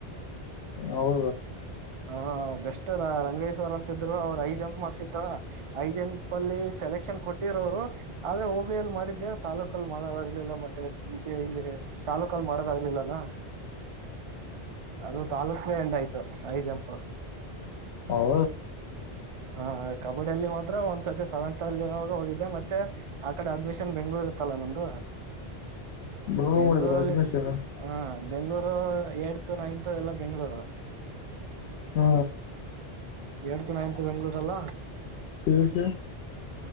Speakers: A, on the left; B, on the right.
A: ಹೌ
B: ಹಾ ಬೆಸ್ಟ ರಂಗೇಶ್ವರ್ ಅಂತಿದ್ರು ಅವರು ಐದು ಜಂಪ್ ಮಾಡ್ಸತ್ತ ಐದು ಜಂಪ್ ಅಲ್ಲಿ ಸೆಲೆಕ್ಷನ್ ಕೊಟ್ಟಿ ಆದ್ರೆ ಹೋಬಳಿಯಲ್ಲಿ ಮಾಡಿದ್ದೆ ತಾಲೂಕಲ್ ಮಾಡಲಿಲ್ಲ ಮತ್ತೆ ತಾಲೂಕ ಮಾಡದಾಗಲಿಲ್ಲಲ್ಲ ಅದು ತಾಲೂಕೇ ಎಂಡ್ ಆಯ್ತು ಹೈ ಜಂಪ್
A: ಹೌ
B: ಹ ಕಬಡ್ಡಿಯ ಅಲ್ಲಿ ಮಾತ್ರ ಒಂದ್ಸರ್ತಿ ಸೆವೆಂತ್ ಅಲ್ಲಿ ಇರರುವಾಗ ಹೋಗಿದ್ದೆ ಮತ್ತೆ ಆ ಕಡೆ ಅಡ್ಮಿಷನ್ ಬೆಂಗ್ಳೂರ್ ತ್ತಲ್ಲ ನಂದು
A: ಬ್ರದರ್
B: ಬೆಂಗಗಳೂರಲ್ಲಿ
A: ಮಾಡಿದ್ರ ಅಡ್ಮಿಷನ್
B: ಹ ಬೆಂಗ್ಳೂರು ಎಏಡ್ತ ನೈನ್ತ್ ಎಲ್ಲಾ ಬೆಂಗ್ಗಳೂರು
A: ಹ್ಮ
B: ಎಡ್ತ ನೈನ್ತ್ ಬೆಂಗ್ಳೂರ್ಲ್ಲ
A: ಸೇವಸ